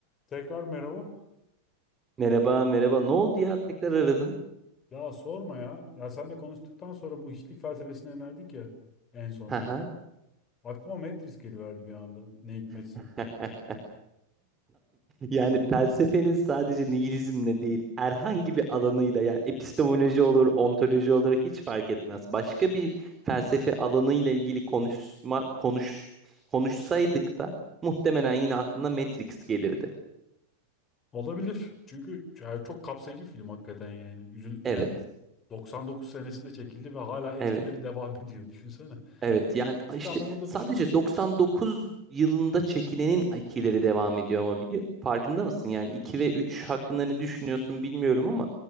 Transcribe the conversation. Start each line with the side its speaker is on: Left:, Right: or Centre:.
Left: Tekrar merhaba.
Right: Merhaba, merhaba. Ne oldu ya? Tekrar aradın.
Left: Ya sorma ya. Ya seninle konuştuktan sonra bu hiçlik felsefesine yöneldik ya en sonunda.
Right: Haha.
Left: Aklıma Matrix geliverdi bir anda. Ne hikmetse.
Right: <laughs> Yani felsefeniz sadece nihilizmle değil, herhangi bir alanıyla yani epistemoloji olur, ontoloji olur hiç fark etmez. Başka bir felsefe alanıyla ilgili konuşma konuş konuşsaydık da muhtemelen yine aklına Matrix gelirdi.
Left: Olabilir. Çünkü ya çok kapsayıcı bir film hakikaten yani. Yüzü-
Right: Evet.
Left: Yani 99 senesinde çekildi ve hala etkileri
Right: evet.
Left: devam <laughs> ediyor. Düşünsene.
Right: Evet yani
Left: Müzik
Right: işte
Left: anlamında
Right: sadece
Left: düşünürsek
Right: 99 yılında çekilenin etkileri devam ediyor ama biliyor, farkında mısın? Yani 2 ve 3 hakkında ne düşünüyorsun bilmiyorum ama